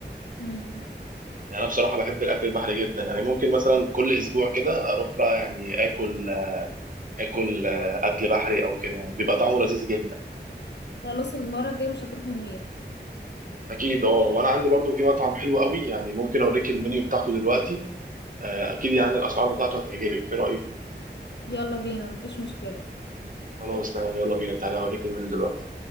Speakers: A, on the left; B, on the right.
A: امم
B: يعني انا بصراحه بحب الاكل البحري جدا يعني ممكن مثلا كل اسبوع كده اروح بقى يعني اكل اكل اكل بحري او كده يعني بيبقى طعمه لذيذ جدا
A: خلاص المره الجايه مش هتروح من غير
B: اكيد اه وانا عندي برضو في مطعم حلو قوي يعني ممكن اوريك المنيو بتاعته دلوقتي آه، اكيد يعني الاسعار بتاعته هتعجبك ايه رايك
A: يلا بينا مفيش مشكله
B: خلاص تمام، يلا بينا تعالى اوريك المنيو دلوقتي